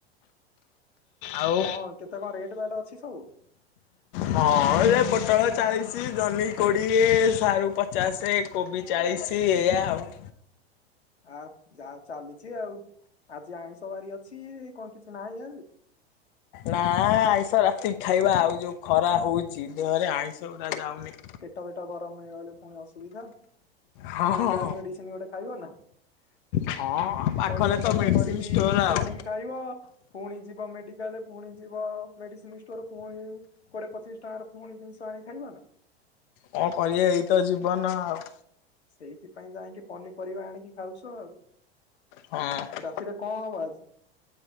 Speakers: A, on the left; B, on the left.
A: ଆଉ
B: କଁ କେତେ କଣ୍ ରେଟ୍ ବାଟ୍ ଅଛି ସବୁ?
A: ହଁ ଏ ପୋଟଳ ଚାଳିଶି, ଜହ୍ନି କୋଡିଏ, ସାରୁ ପଚାଶେ। କୋବି ଚାଳିଶି ଏଇଆ ଆଉ।
B: ଆଉ ଯା ଚାଲିଛି ଆଉ, ଆଜି ଆଇଁଷବାରି ଅଛିକଣ କିଛି ନାହିଁ ଆଜି?
A: ନା ଆଇଁଷ ରାତିକି ଖାଇବା ଆଉ ଯୋଉ ଖରା ହଉଚି ଦେହରେ ଆଇଁଷ ଗୁରା ଯାଉନି।
B: ପେଟ ଫେଟ ଗରମ ହେଇଗଲେ ପୁଣି ଅସୁବିଧା।
A: ହଁ
B: ପୁଣି
A: ହଁ
B: ଗ୍ୟାସ୍ ମେଡିସିନ୍ ଗୋଟେ ଖାଇବ ନା।
A: ହଁ ପାଖରେ
B: ପଇସା
A: ତ
B: ଖର୍ଚ୍ଚ
A: ମେଡିସିନ
B: କରିକି,
A: ଷ୍ଟୋର
B: ଜିନିଷ
A: ଆଉ
B: ଆଣିକି ଖାଇବ। ପୁଣି ଯିବ ମେଡିକାଲ, ପୁଣି ଯିବ ମେଡିସିନ୍ ଷ୍ଟୋର୍, ପୁଣି କୋଡିଏ ପଚିଶି ଟଙ୍କାର ପୁଣି ଜିନିଷ ଆଣି ଖାଇବା ନା।
A: କଁ କରିଆ ଏଇତ ଜୀବନ ଆଉ।
B: ସେଇଥିପାଇଁ ଯାଇଁକି ପନିପରିବା ଆଣିକି ଖାଉଛ ଆଉ।
A: ହଁ।
B: ରାତିରେ କଁ ହବ ଆଜି?